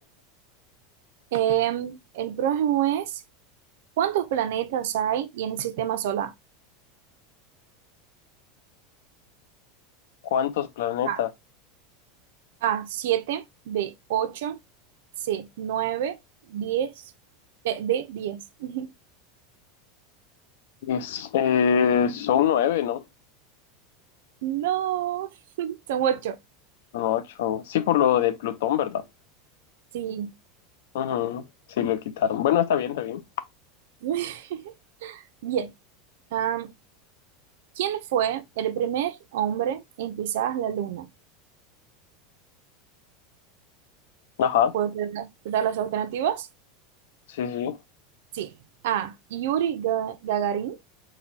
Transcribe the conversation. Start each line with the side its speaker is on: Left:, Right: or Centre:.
Right: Eh, el próximo es... ¿Cuántos planetas hay en el sistema solar?
Left: ¿Cuántos planetas?
Right: A, A, 7, B, 8, C, 9, 10, eh, D, 10. <laughs>
Left: Es, eh, son nueve, ¿no?
Right: No, <laughs> son 8.
Left: Son ocho. Sí, por lo de Plutón, ¿verdad?
Right: Sí.
Left: Ujú, Sí, lo quitaron. Bueno, está bien, está bien.
Right: <laughs> Bien. Am, ¿quién fue el primer hombre en pisar la luna?
Left: Ajá,
Right: ¿Puedo dar dar las alternativas?
Left: sí, sí.
Right: Sí. A, Yuri Ga- Gagarin,